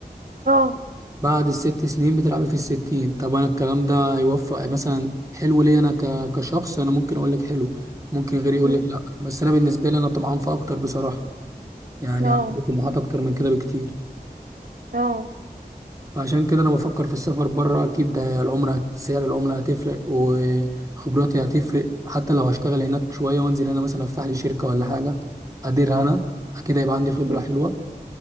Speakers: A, on the right (about 60°); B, on the right (about 20°).
A: اه
B: بعد الست سنين بتلعبي في الستين طب أنا الكلام ده هيوفق مثلا حلو ليا أنا ك... كشخص أنا ممكن أقول لك حلو ممكن غيري يقول
A: أمم،
B: لك لأ بس أنا بالنسبة لي أنا طمعان في أكتر بصراحة يعني
A: اه
B: عندي طموحات أكتر من كده بكتير
A: اه
B: فعشان كده انا بفكر في السفر بره اكيد ده العمله هت- سعر العمله هتفرق وخبراتي هتفرق حتى لو هشتغل هناك شويه وانزل هنا مثلا افتح لي شركه ولا حاجه اديرها انا اكيد هيبقى عندي خبره
A: أمم،
B: حلوه